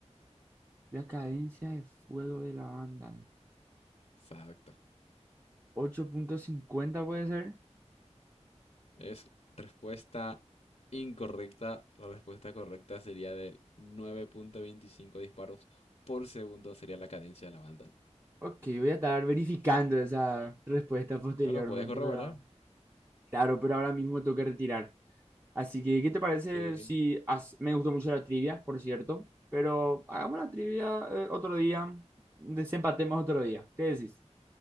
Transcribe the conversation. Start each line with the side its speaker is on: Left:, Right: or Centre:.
Right: La cadencia de fuego de la banda.
Left: Exacto.
Right: ocho punto cincuenta puede ser.
Left: Es respuesta incorrecta. La respuesta correcta sería de nueve punto veinticinco disparos por segundo sería la cadencia de la Vandal.
Right: Ok, voy a estar verificando esa respuesta posteriormente,
Left: Ahora puedes corroborar.
Right: pero claro, pero ahora mismo me tengo que retirar. Así que, ¿qué te parece
Left: Ok, ok.
Right: si hace- me gustó mucho la trivia, por cierto? Pero hagamos la trivia eh, otro día, desempatemos otro día. ¿Qué decís?